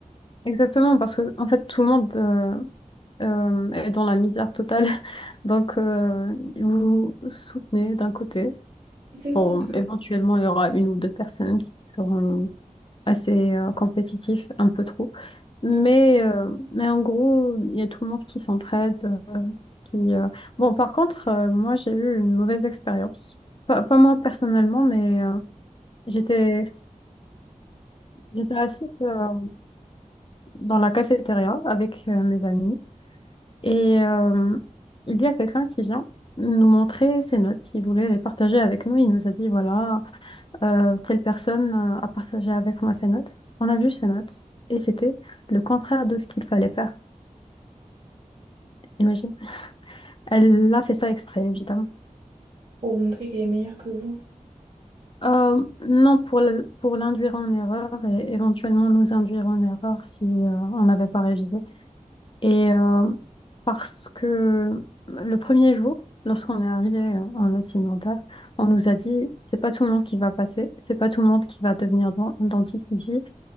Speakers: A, on the left (about 40°); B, on the right (about 55°).
A: exactement, parce que en fait, tout le monde euh, euh, est dans la misère totale. <laughs> Donc, euh, vous soutenez d'un côté.
B: C'est ça,
A: Bon,
B: parce que
A: éventuellement, il y aura une ou deux personnes qui seront assez euh, compétitifs, un peu trop. Mais,
B: Mm.
A: euh, mais en gros, il y a tout le monde qui s'entraide. euh, Qui, euh, Bon, par contre, euh, moi, j'ai eu une mauvaise expérience. Pas, pas moi personnellement, mais euh, j'étais, j'étais assise euh, dans la cafétéria avec euh, mes amis. Et euh, il y a quelqu'un qui vient nous montrer ses notes. Il voulait les partager avec nous. Il nous a dit, voilà. euh, telle personne euh, a partagé avec moi ses notes. On a vu ses notes et c'était le contraire de ce qu'il fallait faire. Imagine. Elle a fait ça exprès, évidemment.
B: pour vous montrer qu'elle est meilleure que vous.
A: Euh, non, pour le- pour l'induire en erreur et éventuellement nous induire en erreur si euh, on n'avait pas révisé. Et euh, parce que le premier jour, lorsqu'on est arrivé euh, en médecine dentaire, on nous a dit, c'est pas tout le monde qui va passer, c'est pas tout le monde qui va devenir dent- dentiste ici.